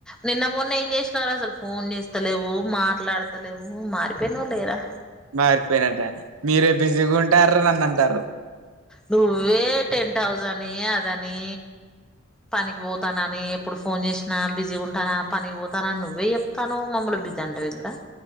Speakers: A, in the centre; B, on the right.
A: నిన్న మొన్న ఏం చేసినవారు అసలు ఫోన్ చేస్తలేవు మాట్లాడతలేవు మారిపోయినావు లేరా
B: మారిపోయినట మీరే బిజీగా ఉంటారు నన్ను అంటారు
A: నువ్వే టెన్ హౌసని అదని పనికి పోతానని ఎప్పుడు ఫోన్ చేసి నా బిజీ ఉంటాను పని పోతానని నువ్వే చెప్తునావ్ మమల్ని బిజీ అంటావు ఏంది రా